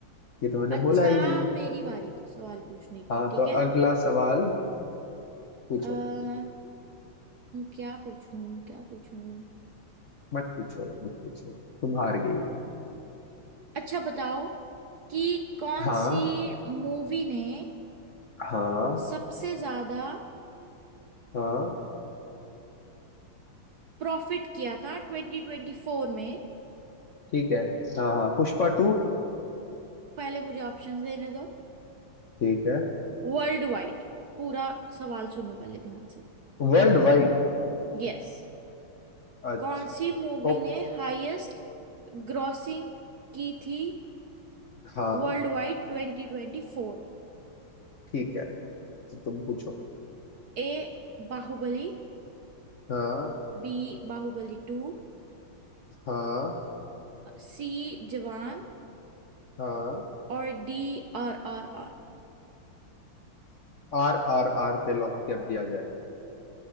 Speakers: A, on the left; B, on the right.
A: ये तो मैंने
B: अच्छा
A: बोला ही नहीं
B: मेरी बारी सवाल पूछने की
A: हाँ
B: ठीक
A: तो
B: है
A: अगला सवाल पूछो
B: आ, क्या पूछूं क्या पूछूं
A: मत पूछो मत पूछो तुम हार गई हो
B: अच्छा बताओ कि कौन
A: हाँ
B: सी मूवी ने
A: हाँ
B: सबसे ज्यादा
A: हाँ
B: प्रॉफिट किया था ट्वेंटी ट्वेंटी फोर में
A: ठीक है हाँ हाँ पुष्पा टू
B: पहले मुझे ऑप्शंस देने दो
A: ठीक है
B: वर्ल्ड वाइड पूरा सवाल सुनो पहले ध्यान से
A: वर्ल्ड वाइड
B: यस
A: अच्छा
B: कौन सी मूवी
A: ओ
B: ने हाईएस्ट ग्रॉसिंग की थी
A: हाँ
B: world wide twenty twenty four में
A: ठीक है तो तुम पूछो
B: A Baahubali
A: हाँ
B: B Baahubali two
A: हाँ
B: C Jawan
A: हाँ
B: और D R R R
A: आर आर आर पे लॉक कर दिया